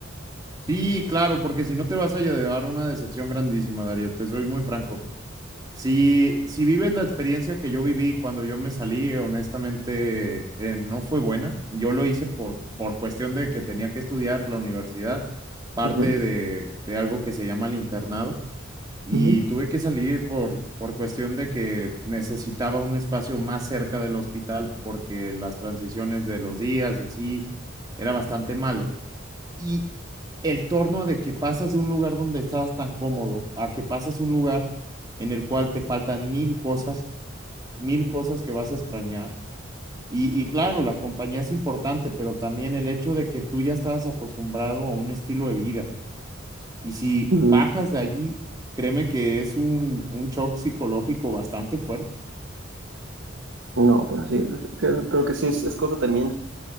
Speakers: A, on the right; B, on the right.
A: Sí, claro, porque si no te vas a llevar una decepción grandísima, Darío, te soy muy franco. Si, si vives la experiencia que yo viví cuando yo me salí, honestamente, eh, no fue buena. Yo lo hice por, por cuestión de que tenía que estudiar la universidad, parte
B: Ujú,
A: de, de algo que se llama el internado, y
B: ujú,
A: tuve que salir por, por cuestión de que necesitaba un espacio más cerca del hospital porque las transiciones de los días y así era bastante malo. Y el torno de que pasas de un lugar donde estás tan cómodo a que pasas un lugar en el cual te faltan mil cosas, mil cosas que vas a extrañar. Y, y claro, la compañía es importante, pero también el hecho de que tú ya estabas acostumbrado a un estilo de vida. Y si
B: ujú.
A: bajas de allí, créeme que es un, un shock psicológico bastante fuerte.
B: No, pero sí, creo, creo que sí es, es cosa también.